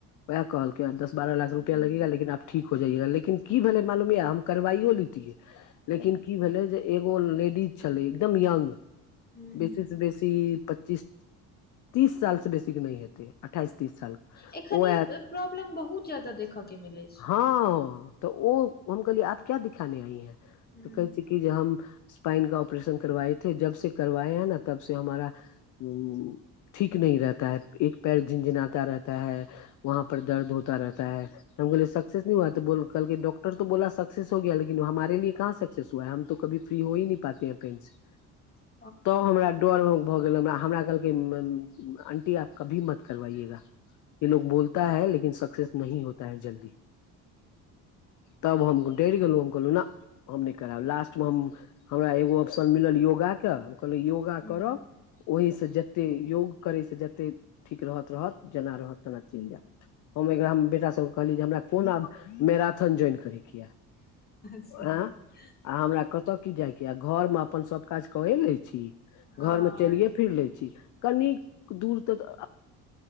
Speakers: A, on the left; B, on the left.
A: वएह कहलकै दस बारह लाख
B: हूँ
A: रुपआ लगेगा लेकिन आब ठीक हो जाइया लेकिन की भेलै मालूम य हम करवाइयो लेतयै
B: हूँ
A: लेकिन की भेलै जे एगो लेडीज छलै एकदम यंग
B: हूँ
A: बेसी से बेसी पच्चीस तीस साल से बेसी के नहि हेतै अठाइस तीस साल
B: एखन
A: ओ
B: ई प्रॉब्लम बहुत ज्यादा देखयके मिलै छै
A: हँ तऽ ओ हम कहलियै आब क्या दिखाने आइ हैं
B: हूँ
A: तऽ कहै छै कि जे हम स्पाइन का ऑपरेशन करवाएथे जब से करवाए है न तब से हमारा उ ठीक नह रहता है एक पैर झिंझनाता रहता है वहाँ पर दर्द होता रहता है त हम कहलीए सक्सेस नहि हुआ त बोललके डॉ तो‌ बोला सक्सेस हो गया लेकिन हमारे लए कहाँ सक्सेस हुआ है हम तो कभी फ्री हो ही नहि पाते पेन से
B: <inaudible>
A: तो हमरा डर भऽ गेल हमरा हमरा कहलकै आंटी आब कभी मत करबाइएगा ये लोग बोलता है लेकिन सक्सेस नही होता है जल्दी तब हम डर गेलहुँ हम कहलहुँ ने हम नहि करब लास्ट मे हम हमरा एगो ऑप्शन मिलल योगा के हम कहल योग योगा
B: हूँ
A: करब ओहिसँ जतेक योग करयसँ जतेक ठीक रहत रहत जेना रहत तेना चलि जायत हम एकरा हम बेटा सबके कहली जे हमरा कोन आ मैराथन ज्वाइन करेके ये
B: सही
A: आँ
B: बात
A: आ हमरा क ओतऽ की जाइके आ घर में अपन सब काज करे ले छी
B: हँ
A: घरमे चलिये
B: आओर
A: फिर लै छी कनी दूर तऽ